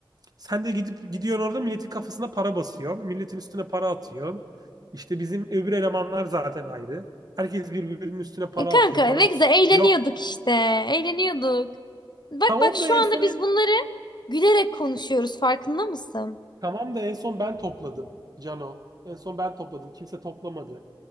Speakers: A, on the right (about 45°); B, on the left (about 55°).
A: Sen de gidip gidiyorsun orada milletin kafasına para basıyorsun. Milletin üstüne para atıyorsun. İşte bizim öbür elemanlar zaten ayrı. Herkes birbirinin üstüne para
B: E kanka
A: atıyor, para
B: ne
A: basıyor.
B: güzel eğleniyorduk
A: Yok.
B: işte. Eğleniyorduk. Bak
A: Tamam
B: bak şu
A: da en
B: anda
A: son
B: biz bunları gülerek konuşuyoruz farkında mısın?
A: tamam da en son ben topladım Cano. En son ben topladım. Kimse toplamadı.